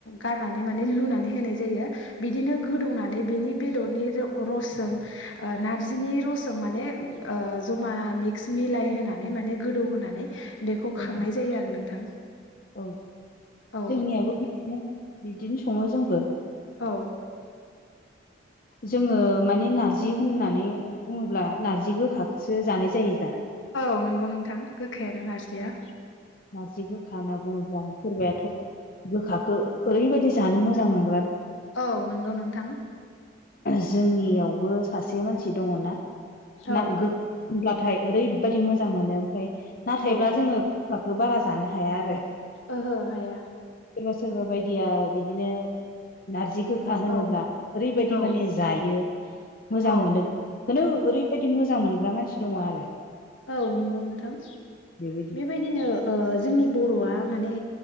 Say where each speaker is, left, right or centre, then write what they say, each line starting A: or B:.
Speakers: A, on the left; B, on the left.
A: गारनानै माने लुनानै होनाय जायो बिदिनो गोदौनानै बिनि बेदरनि र-रसजों ओ नारजिनि रसजों माने ओ जमा मिक्स मिलाय होना माने माने गोदौ होनानै बेखौ
B: औ
A: खांनाय जायो आरो नोंथां
B: औ
A: औ
B: जोंनियाबो बिदिनो बिदिनो संङो जोंबो
A: औ
B: जोंङो माने नारजि होननानै बुंङोब्ला नारजि गोखाखौसो जानाय जायो दा
A: औ नंगौ नोंथां गोखायानो नारजिया
B: नारजि गोखा होनना बुंङोब्ला सोरबायाथ' गोखाखौ ओरैबायदि जानो मोजां मोनो
A: औ नंगौ नोंथां
B: जोंनियावबो सासे मानसि दंङ' ना
A: औ
B: ना गोब्ला नाथाय ओरैबायदि मोजां मोनो ओमफ्राय नाथायब्ला
A: औ
B: जोंङो गोखाखौ बारा जानो हाया आरो
A: ओहो हाया
B: सोरबा सोरबा बायदिया बिदिनो नारजि गोखा होनोब्ला
A: औ
B: ओरैबायदि
A: औ
B: माने जायो मोजां
A: औ
B: मोनो खोनो ओरैबायदि मोजां मोनग्रा मानसि दङ आरो
A: औ नंगौ नोंथां
B: बेबायदि
A: बेबायदिनो ओ जोंनि बर'आ माने